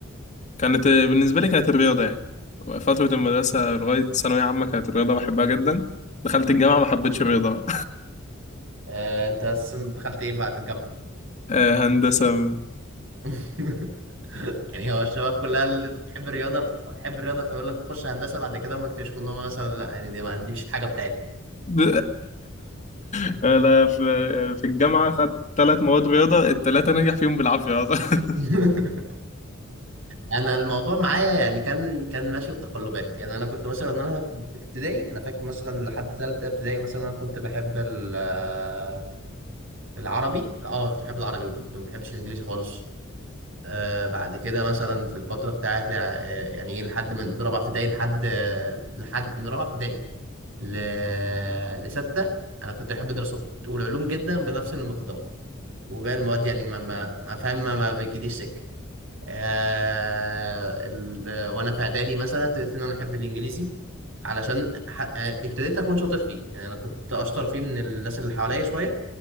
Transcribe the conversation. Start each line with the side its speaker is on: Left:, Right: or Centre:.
Left: كانت بالنسبه لي كانت الرياضه يعني فتره المدرسه لغايه ثانويه عامه كانت الرياضه بحبها جدا دخلت الجامعه ما حبيتش الرياضه بقى
Right: آه، انت أساساً دخلت ايه بقى في الجامعه
Left: <laughs> آه، هندسه
Right: <laughs> يعني هو الشباب كلها اللي بتحب الرياضه بتحب الرياضه فيقول لك خش هندسه بعد كده هم يكتشفوا ان هم مثلا لا يعني دي ما دي مش الحاجه بتاعتهم
Left: ب- <laughs> انا في في الجامعه خدت ثلاث مواد رياضه الثلاثه نجح فيهم بالعافيه أصلاً.
Right: <laughs> انا الموضوع معايا يعني كان كان ماشي بتقلبات يعني انا كنت مثلا انا في في ابتدائي انا فاكر مثلا لحد ثالثه ابتدائي مثلا انا كنت بحب ال- آه، العربي اه كنت بحب العربي وكنت ما بحبش الانجليزي خالص آه بعد كده مثلا في الفتره بتاعتي آه، يعني ايه لحد من رابعه ابتدائي لحد آه، لحد من رابعه ابتدائي ل... لستة أنا كنت أحب الدراسات والعلوم جدا بنفس المقدار وباقي المواد يعني ما ما ما فاهم ما, ما بتجيليش سكة آه ال... وانا في اعدادي مثلا ابتديت ان انا احب الانجليزي علشان ح... آه، ابتديت اكون شاطر فيه يعني انا كنت اشطر فيه من الناس اللي حواليا شويه